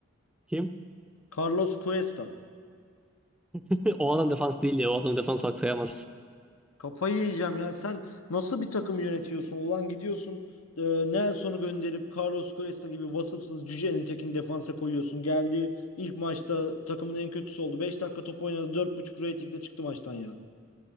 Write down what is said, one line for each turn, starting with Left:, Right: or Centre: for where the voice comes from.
Centre: Kim?
Left: Carlos Cuesta.
Centre: <laughs> O adam defans değil ya. O adam defans olarak sayamazsın.
Left: Kafayı yiyeceğim ya. Sen nasıl bir takım yönetiyorsun? Ulan gidiyorsun e, Nelson'u gönderip Carlos Cuesta gibi vasıfsız cücenin tekini defansa koyuyorsun. Geldi ilk maçta takımın en kötüsü oldu. beş dakika top oynadı. dört buçuk ratingle çıktı maçtan ya.